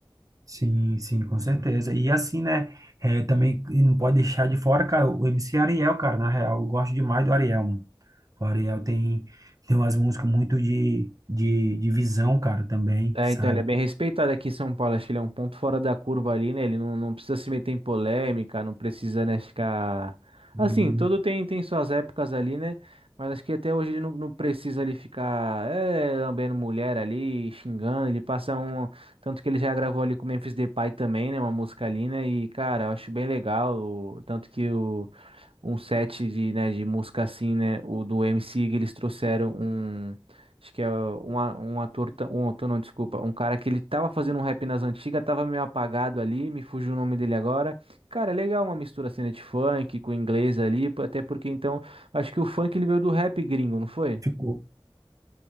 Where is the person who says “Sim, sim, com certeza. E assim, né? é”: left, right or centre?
Right